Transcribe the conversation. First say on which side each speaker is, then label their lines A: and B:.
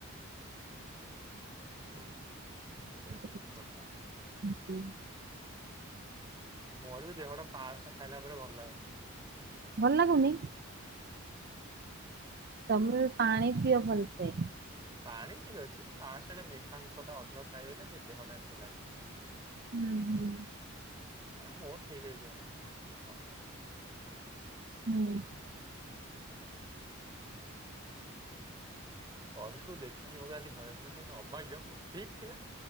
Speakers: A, on the right; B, on the right.
A: ହୁଁ ହୁଁ
B: <inaudible>
A: ଏମିତି କଥା ମୋର ବି ଦେହଟା ପାଷ୍ଟ ଖାଇଲା ପରେ ଭଲ ଲାଗୁନି।
B: ଭଲ ଲାଗୁନି? ସବୁବେଳେ ପାଣି ପିଅ ଫଲ ସେ।
A: ପାଣି ଟିକେ ଅଛି ପାସ ରେ ମିଠାଂଶ ଟା ଅଧିକ ଖାଇଦେଲେ ଟିକେ ଦେହଟା ଏମିତି ଲାଗେ।
B: ହୁଁ ହୁଁ।
A: ଆ ମୋର ଠିକ୍ ହେଇଯିବ ମୋର ଅଭ୍ୟାସ ଅଛି।
B: ହୁଁ।
A: ସରୀକୁୁ ଦେଖିକି ବୋଧେ ଆଜି ଭା ମାନେ ଅବାଗ୍ୟ ବ ଠିକ ଥିଲା